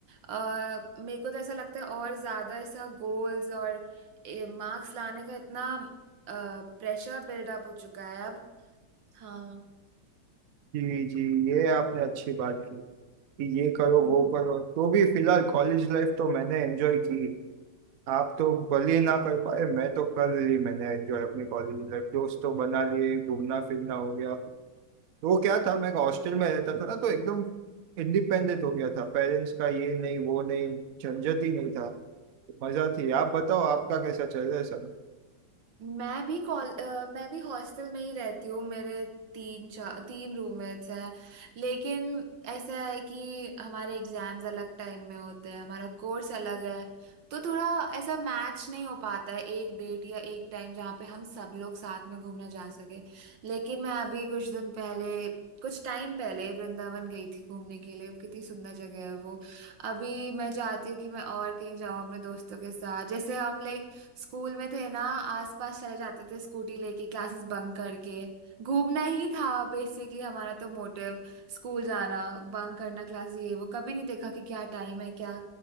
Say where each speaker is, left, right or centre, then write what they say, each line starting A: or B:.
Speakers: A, on the right (about 75°); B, on the right (about 55°).
A: अ, मेरे को तो ऐसा लगता है और ज्यादा ऐसा गोल्स और मार्क्स लाने का इतना प्रेशर बिल्डअप हो चुका है अब हाँ
B: जी जी ये आपने अच्छी बात की कि ये करो
A: हम्म
B: वो करो तो भी फिलहाल कॉलेज लाइफ तो मैंने एंजॉय की आप तो भले ना कर पाए मैं तो कर ली मैंने एंजॉय अपनी कॉलेज लाइफ दोस्त तो बना लिए घूमना फिरना हो गया वो क्या था मैं हॉस्टल में रहता था ना तो एकदम इंडिपेंडेंट हो गया था पेरेंट्स का ये नहीं वो नहीं झंझट ही नहीं था मजा थी आप बताओ आपका कैसा चल रहा है सब
A: मैं भी कॉल अ, मैं भी हॉस्टल में ही रहती हूँ मेरे तीन चार तीन रूममेट्स हैं लेकिन ऐसा है कि हमारे एग्जाम्स अलग टाइम में होते हैं हमारा कोर्स अलग है तो थोड़ा ऐसा मैच नहीं हो पाता है एक डेट या एक टाइम जहाँ पे हम सब लोग साथ में घूमने जा सके लेकिन मैं अभी कुछ दिन पहले कुछ टाइम पहले वृंदावन गई थी घूमने के लिए कितनी सुंदर जगह है वो अभी मैं चाहती हूँ कि मैं और कहीं जाऊँ अपने दोस्तों के साथ जैसे हम लाइक स्कूल में थे ना आसपास चले जाते थे स्कूटी लेके क्लासेस बंक करके घूमना ही था बेसिकली हमारा तो मोटिव स्कूल जाना बंक करना क्लास ये वो कभी नहीं देखा कि क्या टाइम है क्या